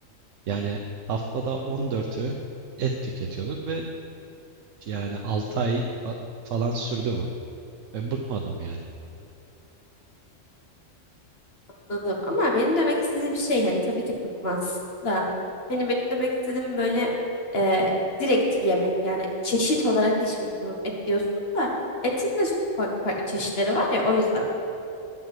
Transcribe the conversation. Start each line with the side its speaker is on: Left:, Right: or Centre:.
Right: Yani haftada 14 öğün et tüketiyorduk ve yani 6 ay fa- falan sürdü bu. Ve bıkmadım yani.
Left: Anladım. Ama benim demek istediğim şey hani tabii ki bıkmaz da hani benim demek istediğim böyle e, direkt yemek yani çeşit olarak değil şimdi tamam et diyorsun da etin de farklı, farklı çeşitleri var ya o yüzden.